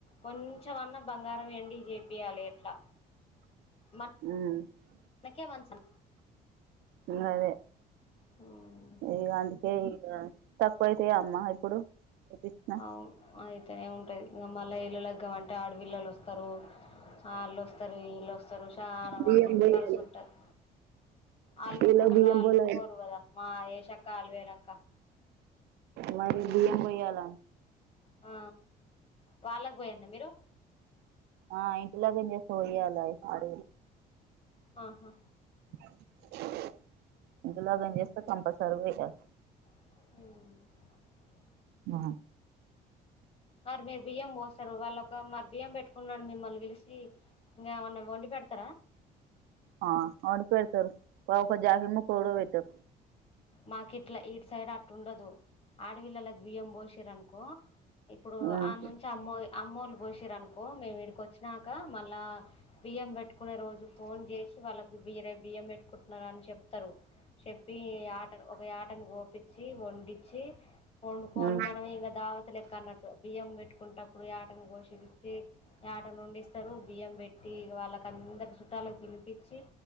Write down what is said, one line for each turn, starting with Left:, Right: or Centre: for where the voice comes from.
Left: కొంచెం అన్నా బంగారం వెండి పెట్టేయాలి ఎట్లా మనకే
Right: ఉమ్
Left: మంచిది.
Right: మ్ అదే
Left: మ్
Right: ఇ అందుకే ఇక తక్కువైతాయా అమ్మా ఇప్పుడు ఏపిచ్చిన
Left: అవును అయితేనే ఉంటది. మళ్ళీ ఇళ్ల లగ్గము అంటే ఆడపిల్లలు వస్తారు. వాళ్ళు వస్తారు వీళ్ళు వస్తారు చాలా
Right: బియ్యం
Left: మంది
Right: బోయాలి
Left: కలిసి ఉంటారు. అల్లు
Right: వీళ్ళకి
Left: ఊరుకుంటారా
Right: బియ్యం
Left: అల్లుఊరుకోరు
Right: బోలే
Left: కదా మా ఎసక్కాలు అలు వేలక్క.
Right: వడి బియ్యం పోయ్యాల.
Left: ఆ వాళ్ళకు పోయన్న మీరు
Right: ఆ ఇంటిలోకి వస్తే పోయ్యాలి ఆడ
Left: ఆహా!
Right: ఇంకా పుణ్యోజనం చేస్తే కంపల్సరీ పోయాలి.
Left: మ్
Right: ఆ
Left: మరి మీరు బియ్యం పోస్తారు. వాళ్ళ ఒక బియ్యం పెట్టుకొని మిమ్మల్ని పిలిసి ఇంకా ఏమన్నా వండి పెడతారా?
Right: ఆ అవును వండి పెడతారు. ఒక సారిమో గొడవ పెడతారు.
Left: మాకి ఇట్లా ఇటు సైడ్ అట్లా ఉండదు. ఆడపిల్లకి బియ్యం పోషిర్ అనుకో ఇప్పుడు
Right: ఉమ్
Left: ఆ నుంచి అమ్మో అమ్మోళ్లు పోసిర్ అనుకో మేము ఈడికి వచ్చినాక మళ్ళా బియ్యం పెట్టుకునే రోజు ఫోన్ చేసి వాళ్ళకు బియ్యం పెట్టుకుంటున్న అని చెప్తారు చెప్పి ఆ ఒక యాటను కోపిచ్చి వండించి వండుకొని
Right: ఉమ్
Left: మనం ఇంకా దావత లెక్క అన్నట్టు బియ్యం పెట్టుకుంటప్పుడు యాటను కోసిచ్చి వండిస్తారు. బియ్యం పెట్టి వాళ్ళకి అందరు చుట్టాలకు పిలిపచ్చి